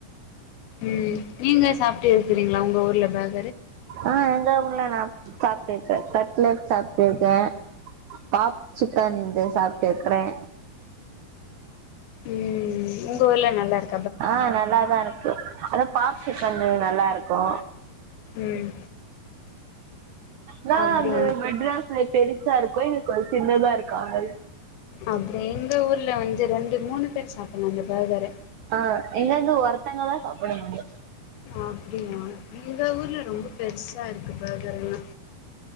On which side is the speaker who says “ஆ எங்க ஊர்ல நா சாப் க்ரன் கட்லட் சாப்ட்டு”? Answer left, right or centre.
Right